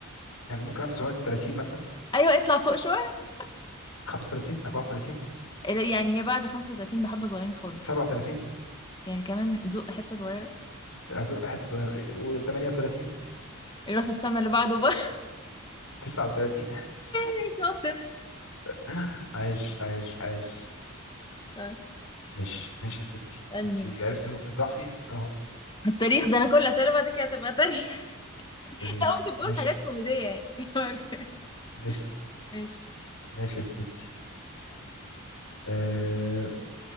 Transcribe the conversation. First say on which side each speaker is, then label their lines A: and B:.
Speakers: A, on the left (about 85°); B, on the left (about 20°).
A: يعني ممكن 1930 مثلا
B: <laughs> أيوة اطلع فوق شوية
A: 35 34
B: لا، يعني هي بعد 35 بحبة صغيرين خالص
A: 37
B: يعني كمان زق حتة صغيرة
A: أزق حته صغيره و38
B: الراس السنة اللي بعده بقى <laughs>
A: 39
B: يا شاطر
A: <laughs> عايش عايش عايش
B: آه،
A: ماشي ماشي يا ستي
B: اسألني
A: انت
B: بقى
A: عرفتي نقطه ضعفي اهو
B: التاريخ ده أنا كل أسئلة بعد كده هتبقى تاريخ <laughs>
A: تاريخ
B: لا وأنت بتقول
A: ماشي
B: حاجات كوميدية يعني <laughs>
A: ماشي
B: ماشي
A: ماشي يا ستي أه...